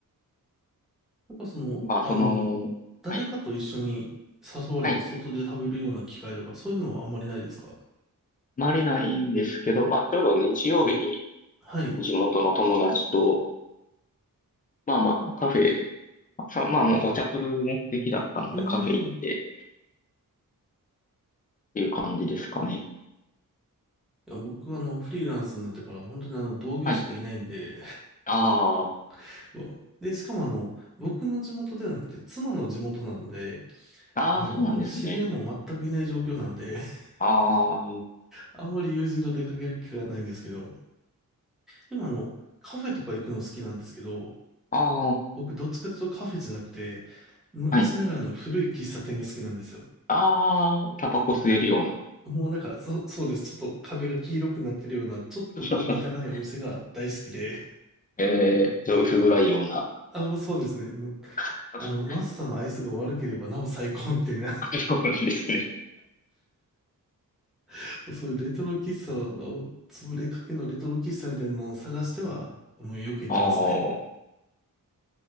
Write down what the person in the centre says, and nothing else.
なんかその、
あの、
誰かと一緒に誘われて外で食べるような機会とか、
そういうのはあんまりないですか
はい。
うーん。
いや、僕はあの、フリーランスになってから本当にあの、同業者がいないんで、
<laughs> こうで、しかもあの、僕の地元ではなくて、妻の地元なので、
あの、
知り合いも全くいない状況なんで、<laughs>
あんまり友人と出かける機会がないんですけど、でもあの、カフェとか行くの好きなんですけど、
僕どっちかというとカフェじゃなくて、昔ながらの古い喫茶店が好きなんですよ。
もうなんか、そ、そうです。ちょっと壁が黄色くなってるような、ちょっと小汚いお店が大好きで。
<laughs> あ、もうそうですね。もう、
あの、
マスターのアイスが悪ければなお最高みたいな。
<laughs> そういうレトロ喫茶を、潰れかけのレトロ喫茶みたいなのを探しては、もうよく行ってますね。